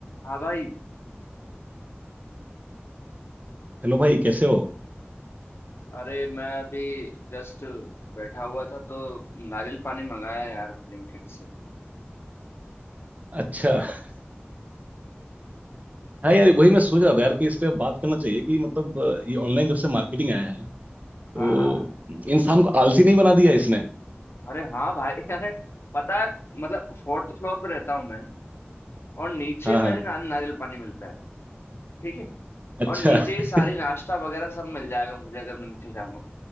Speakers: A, on the left; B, on the right.
A: हाँ भाई
B: Hello भाई कैसे हो
A: अरे मैं अभी जस्ट बैठा हुआ था तो नारियल पानी मंगाया यार ब्लिंकिट से
B: अच्छा <laughs> हाँ यार वही मैं सोच रहा था यार कि इस पे बात करना चाहिए कि मतलब अ, ये ऑनलाइन जब से मार्केटिंग आया है तो
A: हाँ हाँ हाँ।
B: इंसान को आलसी नहीं बना दिया इसने <laughs>
A: अरे हाँ भाई <laughs> अरे पता है मतलब फोर्थ फ्लोर पे रहता हूँ मैं और नीचे
B: हाँ
A: मेरे
B: हाँ
A: ना, नारियल पानी मिलता है ठीक है
B: अच्छा
A: और नीचे
B: <laughs>
A: ही सारी नाश्ता वगैरह सब मिल जाएगा मुझे अगर मैं नीचे जाऊंगा